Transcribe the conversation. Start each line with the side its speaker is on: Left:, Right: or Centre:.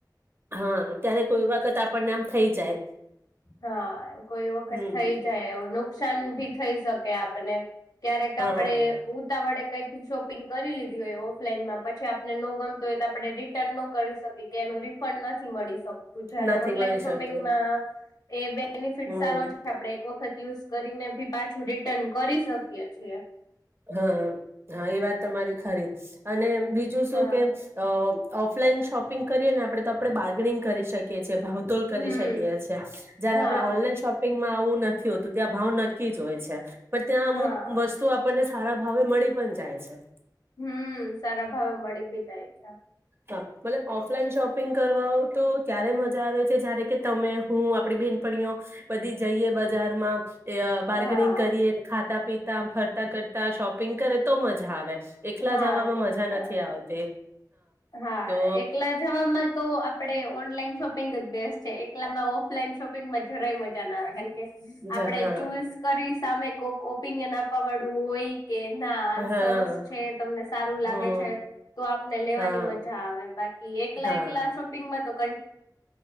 Right: હા ત્યારે કોઈ વખત આપ પરિણામ થઈ જાય.
Left: હા, કોઈ વખત
Right: હમ
Left: થઈ જાય એવું નુકસાન ભી થઈ શકે આપને. ક્યારેક આપડે
Right: હ
Left: ઉતાવળે કઈ શોપિંગ કરી લીધી હોય ઓફલાઈનમાં પછી આપને ન ગમતું હોય તો આપણે રિટર્ન ન કરી શકીએ કે એનું રિફંડ નથી મળી શકતો. બુ જારે
Right: નથી
Left: ઓનલાઈન
Right: મળી
Left: શોપિંગમાં
Right: શકતું
Left: એ બે બેનિફિટ
Right: હમ
Left: સારો છે આપડે વખત યુઝ કરીને ભી પાછું રીટ ન કરી શકીએ છીએ
Right: હા, હા, એ વાત તમારી ખરી અને બીજું શું
Left: હા
Right: કે ઓફલાઈન શોપિંગ કરીએ ને આપ તો આપણે બારગેનિંગ કરી શકીએ છીએ ભાવતોલ કરી
Left: હમ
Right: શકીએ છીએ જયારે
Left: હા
Right: આપણે ઓનલાઈન શોપિંગમાં આવું નથી હોતું ત્યાં ભાવ નક્કી જ હોય છે પણ ત્યાં
Left: હા
Right: અમુક વસ્તુ આપ ને સારા ભાવે મળી પણ જાય છે.
Left: હમ સારા ભાવે મળી બી જાય છે.
Right: હા મતલબ ઓફ લા ન શોપિંગ કરવાો તો ત્યારે મજા આવે છે જારે કે તમે હું આપડી બેહેનપણીઓ, બધી જઈએ બજારમાં. બાર્ગનિંગ
Left: હા
Right: કરીએ ખાતા પીતામ ફરતા કરતા શોપિંગ કરે તો મજા આવે. એકલા
Left: હા
Right: જવામાં
Left: તો
Right: મજા નથી
Left: આવે
Right: આવતી.
Left: હા
Right: તો
Left: એકલા જવાબમાં તો આપડે ઓનલાઈન શોપિંગ જ બેસ્ટ છે. એટલામાં ઓફલાઈન શોપિંગ માં જોરાય મજા ના આવે કારણ કે
Right: જ
Left: આપડે
Right: હા
Left: ચુઝ કરી સામે ઓપિનિયન આપવાડું હોય. કે ના આ
Right: હા
Left: સરસ છે તમને સારું
Right: હમ
Left: લાગે છે, તો આપને લેવાની
Right: હા
Left: મજા આવે બાકી એકલા
Right: હા
Left: એકલા શોપિંગમાં તો ક